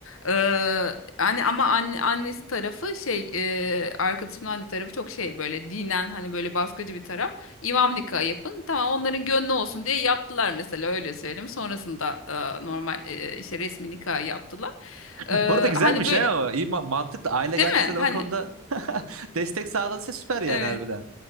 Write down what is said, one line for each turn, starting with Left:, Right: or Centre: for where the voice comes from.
Left: Ee, hani ama anne, annesi tarafı şey e, arkadaşımın anne tarafı çok şey böyle dinen hani böyle baskıcı bir taraf. İmam nikahı yapın tamam onların gönlü olsun diye yaptılar mesela öyle söyleyeyim. Sonrasında e, normal e, işte resmi nikah yaptılar.
Right: <laughs>
Left: Ee,
Right: bu arada güzelmiş
Left: hani böyle
Right: he o. İyi ma mantıklı. Aile
Left: değil
Right: gerçekten
Left: mi? Hani
Right: o konuda <laughs> destek sağladıysa süper yani
Left: evet.
Right: harbiden.